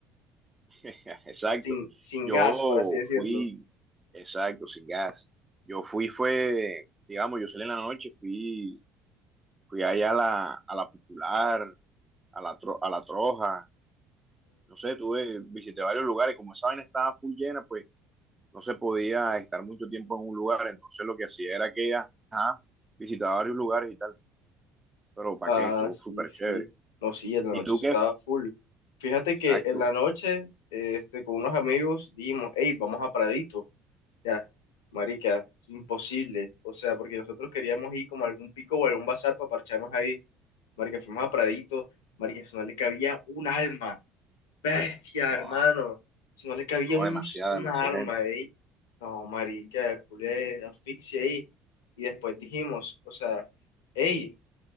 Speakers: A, on the right; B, on the left.
A: <laughs> Exacto.
B: sin, sin
A: Yo
B: gas, por así decirlo.
A: fui, exacto, sin gas. Yo fui, fue, digamos, yo salí en la noche, fui, fui allá a la, a la Popular, a la, Tro- a la Troja, no sé, tuve, visité varios lugares, como esa vaina estaba full llena, pues no se podía estar mucho tiempo en un lugar, entonces lo que hacía era que, ajá, visitaba varios lugares y tal, pero ¿para
B: Ah,
A: qué? Estuvo
B: sí,
A: súper
B: sí.
A: chévere.
B: No, sí, en la
A: ¿Y
B: noche
A: tú
B: eso
A: qué?
B: estaba full. Fíjate
A: Exacto.
B: que en la noche, eh, este, con unos amigos dijimos, hey, vamos a Pradito. Ya, marica, imposible. O sea, porque nosotros queríamos ir como a algún pico o a algún bazar para parcharnos ahí. Marica, fuimos a Pradito. Marica, eso no le cabía un alma. Bestia,
A: No,
B: hermano. Si no le cabía
A: no,
B: un,
A: demasiada,
B: un
A: demasiada
B: arma
A: gente.
B: ahí. No, marica, culé, asfixia ahí. Y después dijimos, o sea, hey,